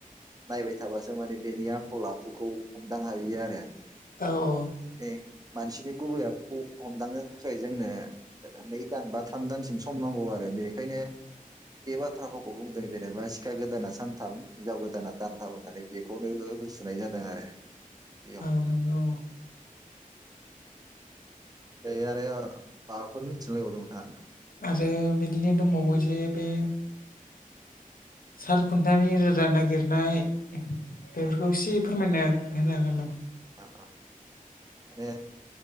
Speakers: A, on the right (about 25°); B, on the left (about 75°).
A: नायबाय थाबासो माने बेनि आखल आखुखौ हमदां हायो आरो।
B: औ औ
A: बे मानसिनि गुबै आखुखौ हमदांनो थाखाय जोंनो नै दान बा थाम दानसिम सम नांगौ आरो बेनिखायनो बे बाथ्रा बाथ्रा फावखौ बुंदों जेनेबा सिखा गोदाना सानथाम हिनजाव गोदाना दानथाम होननानै बेखौनो रुजुनाय जादों आरो। बेयाव
B: औ नोंगौ।
A: <inaudible> बे आरो माबाफोर मिथिनो लुबैबावदों नोंथाङा?
B: आरो बिदिनो दंबावो जे बे साल खुन्थानि रोजा नागिरनाय बेफोरखौ एसे फोरमायना होनो हागोन नामा?
A: ओ ओ माने